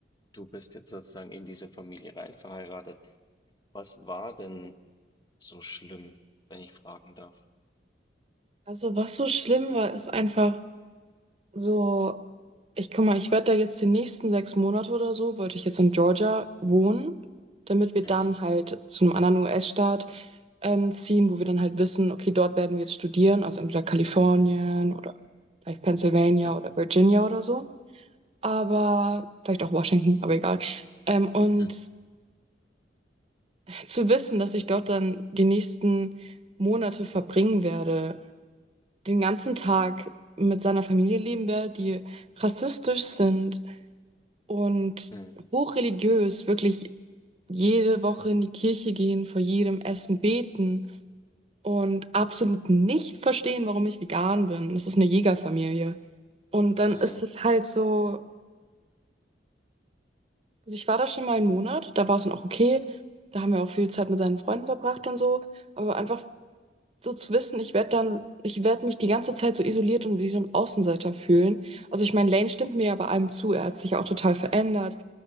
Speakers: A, on the left (about 25°); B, on the right (about 35°).
A: du bist jetzt sozusagen in diese Familie rein verheiratet. Was war denn so schlimm, wenn ich fragen darf?
B: Also was so schlimm war, ist einfach. so, ich guck mal, ich werde da jetzt die nächsten sechs Monate oder so, wollte ich jetzt in Georgia wohnen, damit wir
A: Mhm.
B: dann halt zu einem anderen US-Staat ähm, ziehen, wo wir dann halt wissen, okay, dort werden wir jetzt studieren, also entweder Kalifornien oder vielleicht Pennsylvania
A: Mhm.
B: oder Virginia oder so, aber vielleicht auch Washington, aber egal. Ähm, und
A: Mhm.
B: zu wissen, dass ich dort dann die nächsten Monate verbringen werde, den ganzen Tag mit seiner Familie leben werde, die rassistisch sind, und
A: Mhm.
B: hochreligiös, wirklich jede Woche in die Kirche gehen, vor jedem Essen beten und absolut nicht verstehen, warum ich vegan bin. Das ist eine Jägerfamilie. Und dann
A: Mhm.
B: ist es halt so, also ich war da schon mal einen Monat, da war es dann auch okay, da haben wir auch viel Zeit mit seinen Freunden verbracht und so, aber einfach so zu wissen, ich werde dann, ich werde mich die ganze Zeit so isoliert und wie so ein Außenseiter fühlen. Also ich meine, Lane stimmt mir ja bei allem zu. Er hat sich ja auch total verändert